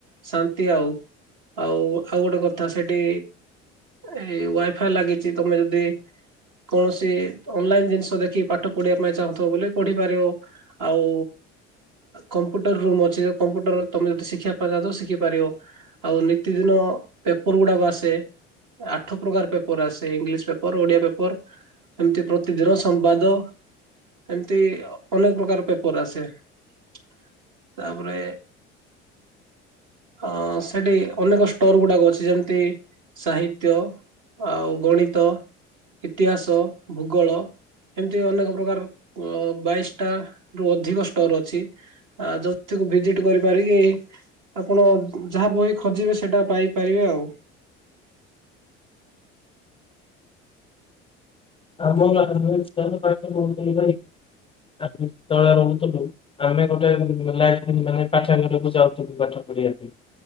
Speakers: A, on the right (about 60°); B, on the left (about 15°).
A: ଶାନ୍ତି ଆଉ, ଆଉ ଆଉ ଗୋଟେ କଥା ସେଠି ଏଇ ୱାଇ-ଫାଇ ଲାଗିଚି ତମେ ଯଦି କୌଣସି ଅନଲାଇନ ଜିନିଷ ଦେଖିକି ପାଠ ପଢିଆ ପାଇଁ ଚାହୁଁଥିବ ବୋଲେ ପଢିପାରିବ। ଆଉ କମ୍ପ୍ୟୁଟର ରୁମ ଅଛି, କମ୍ପୁଟର ତମେ ଯଦି ଶିଖିବା ପାଇଁ ଚାହୁଁଥିବ ଶି କି ପାରିବ ଆଉ ନିତିଦିନ ପେପର ଗୁଡାକ ଆସେ। ଆଠ ପ୍ରକାର ପେପର ଆସେ ଇଂଲିଶ ପେପର, ଓଡିଆ ପେପର। ଏମିତି ପ୍ରତିଦିନ ସମ୍ବାଦ। ଏମିତି ଅନେକ ପ୍ରକାର ପେପର ଆସେ, ତାପରେ ଅ ସେଠି ଅନେକ ଷ୍ଟୋର ଗୁଡାକ ଅଛି ଯେମିତି ସାହିତ୍ୟ। ଆଉ ଗଣିତ, ଇତିହାସ, ଭୂଗୋଳ। ଏମିତି ଅନେକ ପ୍ରକାର ଅ ବାଇଶଟା ରୁ ଅଧିକ ଷ୍ଟୋର ଅଛି। ଆ ଯଉଥିକୁ ଭିଜିଟ କରିପାରିକି ଆପଣ ଯାହା ବହି ଖୋଜିବେ ସେଇଟା ପାଇପାରିବେ ଆଉ।
B: ଆମ <unintelligible> ରହୁଥିଲୁ ଭାଇ ଆମେ ତଳେ ରହୁଥିଲୁ। ଆମେ ଗୋଟେ ମାନେ ପାଠାଗାରାକୁ ଯାଉଥିଲୁ ପାଠ ପଢିବା ପାଇଁ।